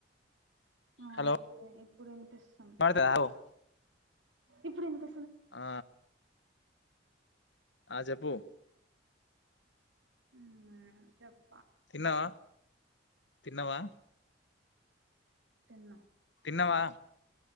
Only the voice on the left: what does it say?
హలో
వినపడతదా హలో
ఆ ఆ చెబూ
తినవ తిన్నావా
తిన్నవా